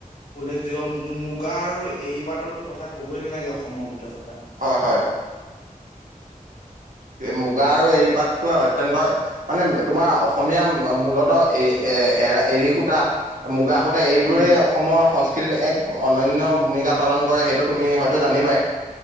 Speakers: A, on the left; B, on the right.
A: উল্লেখযোগ্য। মুগা আৰু এৰি পাতটো- কথা ক'বই নালাগে অসমৰ ভিতৰত কথা।
B: হয়-হয়। মুগা আৰু এৰি পাত- অত্যন্তই মানে তোমাৰ অসমীয়া মূলতঃ এ, এ, এ, এৰী সূতা- মুগা সূতা এইবোৰে-
A: উম
B: অসমৰ সংস্কৃতিত এক অনন্য ভূমিকা পালন কৰে, সেইটো তুমি হয়তো জানিবাই।